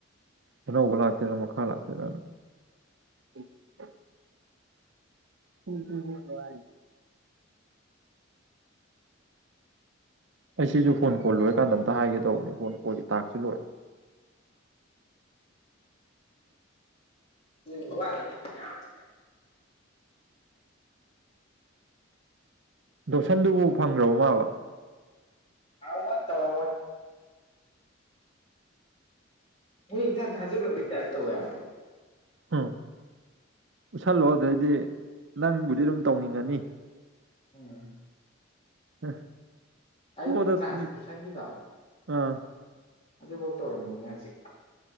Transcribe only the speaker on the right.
ꯑꯅꯧꯕ ꯂꯥꯛꯇꯣꯏꯔ ꯃꯈꯥ ꯂꯥꯛꯇꯣꯏꯔꯅ ꯎꯝ <unintelligible> <unintelligible> ꯅꯨꯉꯥꯏ ꯑꯩ ꯁꯤꯁꯨ ꯐꯣꯟ ꯀꯣꯜ ꯂꯣꯏꯔꯀꯥꯟꯗ ꯑꯝꯇ ꯍꯥꯏꯒꯦ ꯇꯧꯕꯅꯦ ꯐꯣꯟ ꯀꯣꯜꯒꯤ ꯇꯥꯛꯁꯨ ꯂꯣꯏꯔ
ꯗꯣꯞꯁꯟꯗꯨꯕꯨ ꯐꯪꯒ꯭ꯔꯕꯣ ꯃꯥꯕꯣ
ꯎꯝ ꯎꯠꯁꯜꯂꯣ ꯑꯗꯩꯗꯤ ꯅꯪꯕꯨꯗꯤ ꯑꯗꯨꯝ ꯇꯧꯅꯤꯡꯉꯅꯤ
ꯑ
ꯄꯗꯣ
ꯃꯤ ꯑꯥ